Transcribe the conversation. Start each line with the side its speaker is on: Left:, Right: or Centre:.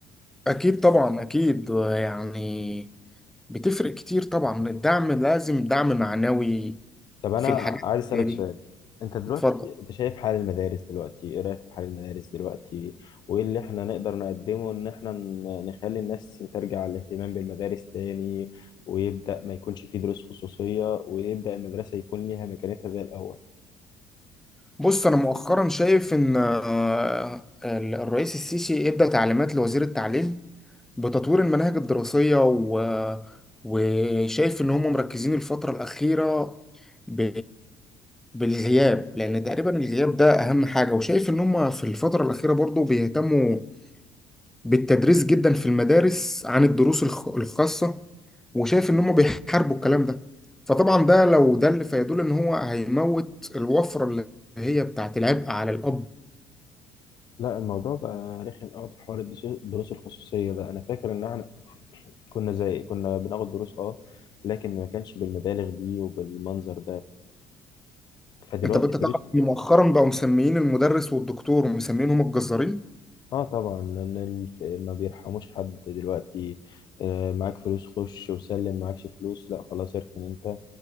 Centre: اكيد طبعا اكيد يعني بتفرق كتير طبعا الدعم لازم دعم معنوي
Left: طب انا
Centre: في الحاجات
Left: عايز
Centre: اللي
Left: اسالك
Centre: زي دي
Left: سؤال انت دلوقتي
Centre: اتفضل
Left: انت شايف حال المدارس دلوقتي ايه رايك في حال المدارس دلوقتي وايه اللي احنا نقدر نقدمه ان احنا ن- نخلي الناس ترجع الاهتمام بالمدارس تاني ويبدا ما يكونش فيه دروس خصوصيه ويبدا المدرسه يكون ليها مكانتها زي الاول
Centre: بص انا مؤخرا شايف ان آه، ال- الرئيس السيسي ادى تعليمات لوزير التعليم بتطوير المناهج الدراسيه و... وشايف ان هم مركزين الفتره الاخيره ب... بالغياب لان تقريبا الغياب ده اهم حاجه وشايف ان هم في الفتره الاخيره برضو بيهتموا بالتدريس جدا في المدارس عن الدروس الخ- الخاصة وشايف ان هم بيحاربوا الكلام ده فطبعا ده لو دل فيدل ان هو هيموت الوفرة اللي هي بتاعت العبء على الاب
Left: لا الموضوع بقى رخم قوي في حوار الدسو- الدروس الخصوصيه ده انا فاكر ان احنا كنا زي كنا بناخد دروس اه لكن ما كانش بالمبالغ دي وبالمنظر ده فدلوقتي
Centre: انت انت
Left: الدروس
Centre: تعرف ان مؤخرا بقوا مسميين المدرس والدكتور ومسمينهم الجزارين
Left: اه طبعا لان الف... ما بيرحموش حد دلوقتي آه، معاك فلوس خش وسلم معاكش فلوس لا خلاص اركن انت